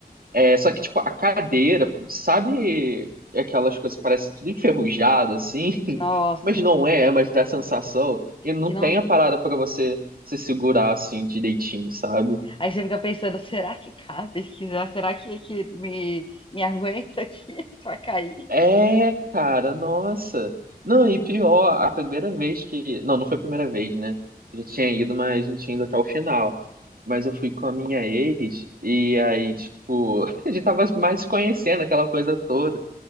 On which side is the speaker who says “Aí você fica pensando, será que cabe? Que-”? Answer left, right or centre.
Left